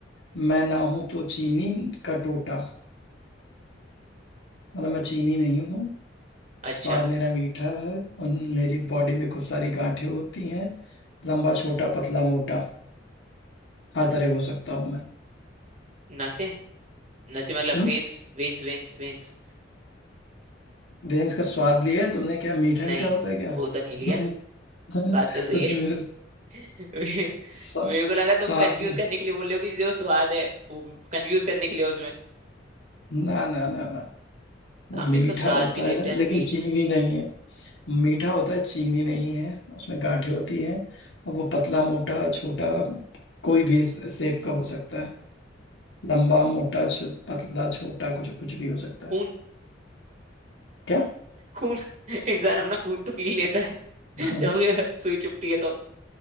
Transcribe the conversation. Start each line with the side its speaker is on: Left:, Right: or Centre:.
Left: मैं ना हूं तो चीनी का टोटा मतलब मैं चीनी नहीं हूँ
Right: अच्छा
Left: स्वाद मेरा मीठा है और मेरी बॉडी में खूब सारी गांठें होती हैं लंबा छोटा पतला मोटा हर तरह हो सकता हूँ मैं
Right: नसें नसें मतलब
Left: हम्म
Right: वेन्स वेन्स वेन्स वेन्स
Left: रेंज का स्वाद लिया है तुमने क्या मीठा
Right: नहीं
Left: मीठा होता है क्या
Right: वो तो नहीं लिया
Left: हम्म, <laughs>
Right: बात तो सही
Left: तो तुम्हें
Right: है <laughs> मे-
Left: स्वा-
Right: मेरे को लगा तुम
Left: स्वाद
Right: कंफ्यूज करने के लिए बोल रहे हो कि जो स्वाद है वो कंफ्यूज करने के लिए उसमें
Left: ना ना ना ना वो
Right: हम
Left: मीठा
Right: इसका स्वाद
Left: होता
Right: भी लेते
Left: है
Right: हैं
Left: लेकिन
Right: मीट
Left: चीनी नहीं है मीठा होता है चीनी नहीं है उसमें गांठें होती हैं और वो पतला मोटा छोटा कोई भी से- सेप का हो सकता है लंबा मोटा छ- पतला छोटा कुछ कुछ भी हो सकता है
Right: खून
Left: क्या
Right: खून <laughs> इंसान अपना खून तो पी ही लेता है <laughs>
Left: हाँ
Right: जब
Left: हाँ।
Right: ये सुई चुभती है तो